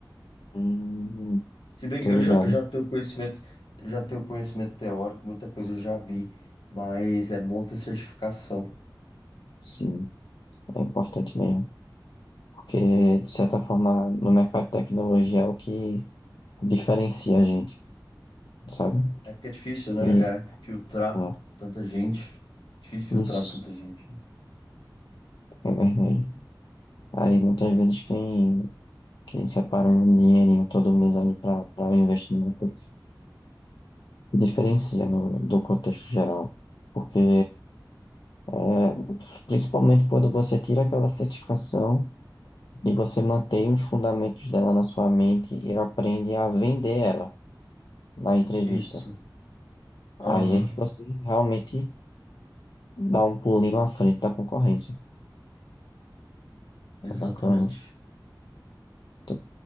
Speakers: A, on the left (about 70°); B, on the left (about 85°).
A: Hum,
B: Se bem
A: tô
B: que eu
A: ligado.
B: já, eu já tenho conhecimento, já tenho conhecimento teórico, muita coisa eu já vi, mas é bom ter certificação.
A: Sim, é importante mesmo. Porque, de certa forma, no mercado de tecnologia é o que diferencia a gente, sabe?
B: É porque é difícil, né?
A: E,
B: É filtrar
A: ó,
B: tanta gente. Difícil
A: isso
B: filtrar tanta gente.
A: é verdade. Aí, muitas vezes, quem, quem separa um dinheirinho todo mês ali para investir nessa se diferencia no, do contexto geral, porque é, principalmente quando você tira aquela certificação e você mantém os fundamentos dela na sua mente e aprende a vender ela na entrevista.
B: Isso. Aham,
A: Aí é que você realmente dá um pulinho à frente da concorrência.
B: exatamente.
A: É bacana. T-